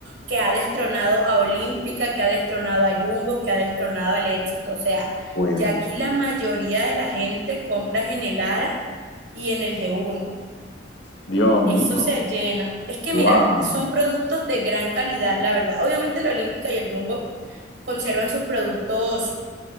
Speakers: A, on the right; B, on the left.
A: que ha destronado a Olímpica, que ha destronado a Jumbo, que ha destronado al Éxito. O sea,
B: Puede
A: ya aquí la
B: ser.
A: mayoría de la gente compras en el Ara y en el de uno.
B: Dios mío,
A: Eso se llena. Es que
B: wow.
A: mira, son productos de gran calidad, la verdad. Obviamente la Olímpica y el Jumbo conservan sus productos